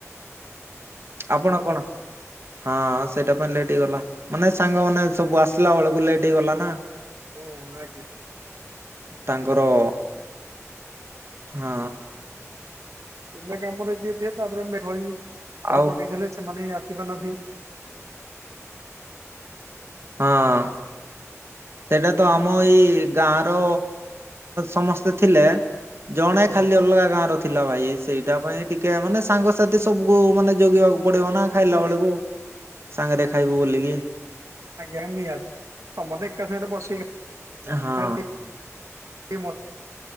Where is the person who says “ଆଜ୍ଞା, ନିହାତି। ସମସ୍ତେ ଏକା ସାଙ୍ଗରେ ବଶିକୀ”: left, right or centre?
Right